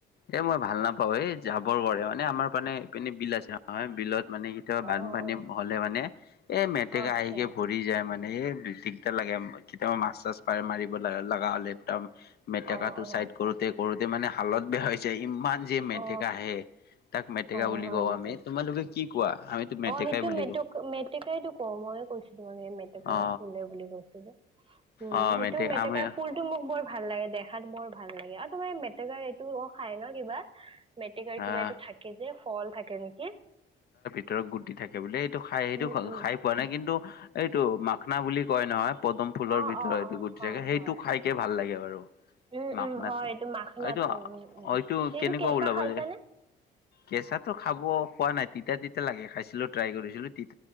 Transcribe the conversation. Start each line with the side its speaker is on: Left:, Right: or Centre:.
Left: এ মই ভাল নাপাও এই জাবৰ কৰে মানে আমাৰ মানে এইপিনে বিল আছে নহয় বিলত মানে কেতিয়াবা
Right: অ
Left: বানপানী
Right: অ
Left: হ'লে মানে এই মেটেকা
Right: আচ্ছা
Left: আহিকে ভৰি যায় মানে মানে দিগদাৰ লাগে কেতিয়াবা মাছ চাছ পাৰে মাৰিব লগা হ'লে একদম মেটেকাটো
Right: অ অ
Left: চাইড কৰোতে কৰোতে মানে হালত বেয়া হৈ যায় ইমান যে মেটেকা
Right: অ
Left: আহে তাক মেটেকা
Right: অ
Left: বুলি
Right: হয়
Left: কওঁ
Right: নেকি
Left: আমি তোমালোকে কি কোৱা আমিতো মেটেকাই
Right: অ সেইটো
Left: বুলি
Right: মেটেকা
Left: কওঁ
Right: মেটেকাইটো ক মইে কৈছো তোমাক সেই মেটেকা
Left: অ
Right: ফুলে বুলি কৈছো যে উম
Left: অ
Right: সেইটো মেটেকা
Left: আমি
Right: ফুলটো মোক বৰ ভাল লাগে দেখাত বৰ ভাল লাগে আৰু তোমাৰ মেটেকাৰ এইটোও খায় ন কিবা মেটেকাৰ
Left: আহ
Right: কিবা এইটো থাকে যে ফল থাকে নেকি
Left: ভিতৰক গুটি থাকে বোলে এইটো খাই সেইটো
Right: উম উম
Left: খাই পোৱা নাই কিন্তু এইটো মখনা বুলি কয় নহয় পদুম ফুলৰ
Right: অ
Left: ভিতৰৰ
Right: অ
Left: এইটো
Right: অ
Left: গুটি
Right: হয়
Left: থাকে, সেইটো
Right: হয়
Left: খাইকে ভাল লাগে বাৰু।
Right: উম
Left: মাখনাটো,
Right: উম হয় এইটো মাখনাটো
Left: এইটো-এইটো
Right: উম উম এইটো
Left: কেনেকুৱা
Right: কেঁচা
Left: ওলাব
Right: খাইছানে
Left: যে কেঁচাটো খাব পোৱা নাই, তিতা তিতা লাগে খাইছিলো ট্ৰাই কৰিছিলো, তিত